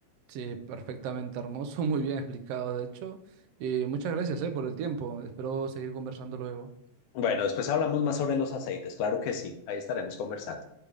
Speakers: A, on the right; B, on the left.
A: sí, perfectamente hermoso, <laughs> muy bien explicado, de hecho. Y muchas gracias, eh, por el tiempo. Espero seguir conversando luego.
B: Bueno, después hablamos más sobre los aceites, claro que sí, ahí estaremos conversando.